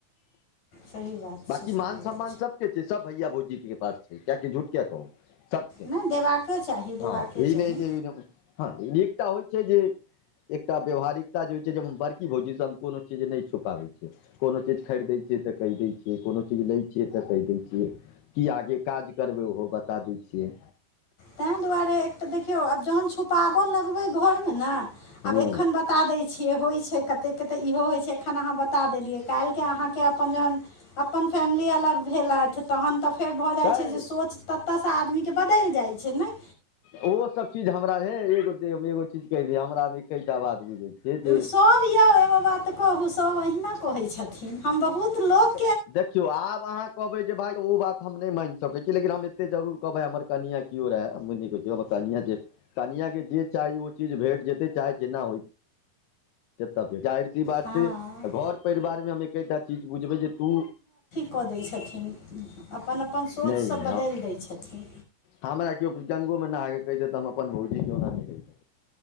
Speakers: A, on the left; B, on the left.
A: सही बात
B: बाकी
A: छै सही
B: मान सम्मान
A: बात
B: सबके छै सब भैया भौजी के पास छै किआकि झूठ किया कहू सबके
A: नहि देबाके चाही देबाके
B: हं ई
A: चाही
B: नय जे हँ एकटा होइ छै जे एकटा व्यवहारिकता जे होइ छै जे बड़की भौजी सऽ हम कोनो चीज नय छुपाबै छियै कोनो चीज खरीदै छियै त कहि दै छियै जे कोनो चीज लै छियै त कहि दै छियै की आगे काज करबै ओहो बता दै छियै
A: तें दुआरे एक त देखियो आब जहन छुपाबऽ लगबै घर मे ने
B: हँ
A: आब एखन ब ता दै छियै होइ छै कतेक के त इहो होइ छै एखन अहाँ बता देलियै काल्हि के अहाँ के अपन जहन अपन फैमिली अलग भेलैथ तहन त फेर भ जाइ
B: तऽ
A: छै जे सोच तत से आदमी के बदलि जाइ छै नय
B: ओ सब चीज हमरा नय एगो देब हम एगो चीज केँ दै हमरा मे एकेटा बात बुझै छियै जे
A: सभ यौ एगो बात कहू सभ अहिना कहे छथिन हम बहुत लोक
B: ओ देखियो अब अहाँ कहबे जे भाय ओ बात हम नय माइन सकै छी लेकिन हम एते जरूर कहबे हमर कनिया कियो रहै हम नय देखियो हमर कनिया जे कनिया केँ जे चाही ओ चीज भेट जेते चाहे जेना होइ जेतऽ सँ जाहिर सी बात
A: हँ
B: छे घर परिवार मे हम एकेटा चीज बुझबै जे तू
A: क दे छथिन अपन - अपन सोच
B: नहि
A: सभ
B: है,
A: बदैल दै छथिन
B: हमरा किओ गूंगो मे नहा कऽ कैह दैत तऽ हम अपन भौजी केँ ओना नय कैह स